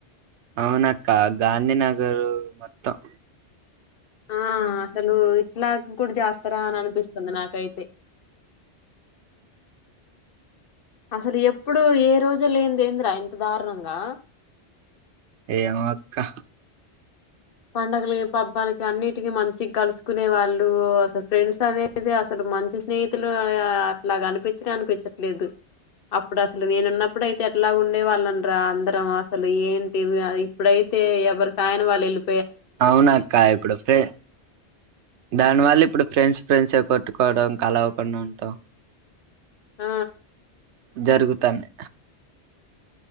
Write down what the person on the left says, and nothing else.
ఆ అసలు ఇట్లా కూడా చేస్తారా అనిపిస్తుంది నాకైతే. అసలు ఎప్పుడు ఏ రోజు లేని దేంద్రా ఇంత దారుణంగా.
పండగలు పబ్బానికి అన్నిటికి మంచి కలుసుకునే వాళ్ళు అసలు ఫ్రెండ్స్ అనేది అసలు మంచి స్నేహితులు అట్లాగానిపించనే అనిపించట్లేదు. అప్పుడు అసలు నేనున్నప్పుడు అయితే ఎట్లాగుండే వాళ్ళమ్రా అందరం అసలు ఏంటివి ఇప్పుడైతే ఎవరి సాయన వాళ్ళు వెళ్ళి
ఆ